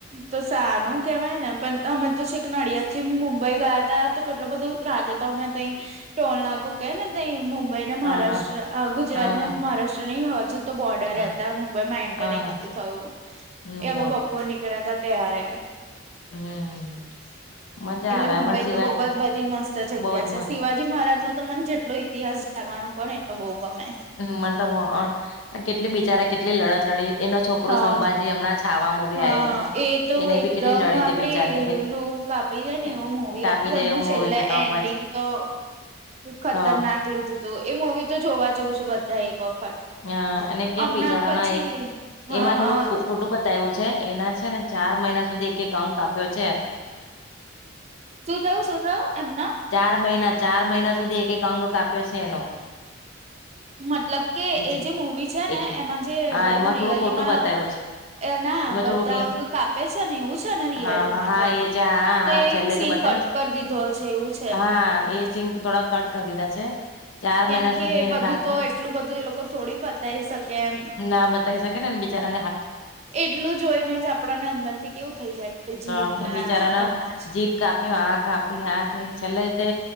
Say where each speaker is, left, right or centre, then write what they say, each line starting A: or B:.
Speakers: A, on the right; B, on the left.
A: તો સારું કેવાય ને પણ અમે તો છેક નડિયાદ થી મુંબઈ ગયા તા તો કેટલો બધો રા હતા અમે તં ટોલ નાકુ કે ને ત મુંબઈ ને
B: હા
A: મહારાષ્ટ્ર
B: હા
A: ગુજરાત
B: હા
A: ને
B: હા
A: મહારાષ્ટ્ર ની હજુ તો બોર્ડર
B: હા
A: હતા મુંબઈ માં એન્ટર
B: હા
A: નતું થયું
B: હમ
A: એ
B: બોલો
A: અમે બપોર ની કેડા ત તૈયાર
B: હમ મજા
A: એટલે
B: આવે
A: મુંબઈ
B: અમર શિવાજી
A: તો બહ જ બધી મસ્ત જગ્યા
B: બહુ જ
A: છે
B: મસ્ત
A: સિવા જી મહારાજ નો તો મને જેટલો ઇતિહાસ જાણવાનો કો ને એટલો બહુ ગમે.
B: હમ મલ કેટલી બિચારા કેટલી લડત લડી એનો છોકરો
A: હા
B: સંભાજી હમણાં છાવા મુવી
A: હા
B: આવ્યું હતું
A: એ તો
B: એને
A: એકદમ
B: બી કેટલી લડી હતી
A: આપડે
B: બિચારા
A: રૂ કાપી જાય ને
B: એ
A: એવ મોવી
B: કાપી
A: હતી. તું
B: જાય
A: એમને
B: એવું
A: છેલ્લે
B: મુવી છે તો
A: એન્ડિંગ
B: પછી
A: તો ખતરનાક
B: તો
A: લીધું તું એ મવી તો જોવા જેવું છે બધા એક વખત-'
B: હ અને કેવું
A: હમણાં
B: વિચારા
A: પછી
B: ના એક
A: હા
B: એમાં થોડું
A: હા
B: ખોટું બ ું છે એના છે ને ચાર મહિના સુધી એક એક અંક આપ્યો છે.
A: શું થયું શું થયું એમના
B: ચાર મહિના ચાર મહિના સુધી એક એક અંગ કાપ્યો છે એનો
A: મતલબ કે
B: બીજા
A: એ જે મવી છે ને
B: એક
A: એમાં જે
B: હા
A: બધું
B: એમાં થોડું
A: રિયલીમાં.
B: ખોટું બતાવ્યું છે
A: એ ના
B: એમાં
A: બધા
B: થોડુંક એ
A: અંગ કાપે છે ને એવું છે ને રિયાલી
B: હા હા
A: માં
B: હા
A: તો
B: એ જે હા
A: કે
B: હા છેલ્લે
A: સિ
B: જે બતાવ્યું
A: કટ ઉપ દીધો છે એવું. છે
B: હા એ સિંગ થોડા કટ કરી દીધા છે. ચાર
A: કેમ
B: મહિના
A: કે
B: સુધી એને
A: બધું
B: રાખે
A: તો એટલું બધું એ લોકો થોડી બતાવી શકે એમ
B: ના બતાવી શકે ને બિચારા
A: એટલું જોઈને જ આપડાને અંદર થી કેવું થઈ જાય. જીભ
B: તો એ
A: ને
B: બિચારાને
A: આંખોમાં જ
B: જીભ કાપી આ કાપી આ તે છેલ્લે તે